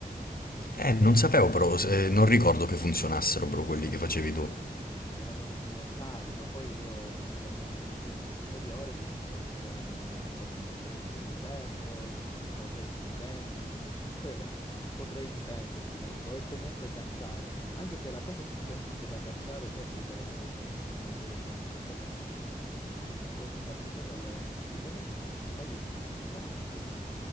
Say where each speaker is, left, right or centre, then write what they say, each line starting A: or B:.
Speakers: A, on the left (about 70°); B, on the left (about 25°).
A: Eh, non sapevo però, eh, non ricordo che funzionassero però quelli che facevi tu.
B: Vabbè, erano rudimentali, ma poi io con la mia intelligenza superiore riuscirò a crearmene con frecce di ferro o frecce di legno, comunque <laughs> potrei difendermi, ecco, e comunque cacciare. Anche se la cosa più semplice da cacciare forse sarebbero i conigli, mangeremmo ogni giorno carne di conigli. Dovremmo farci un bel allevamento di conigli, un paio di vacche,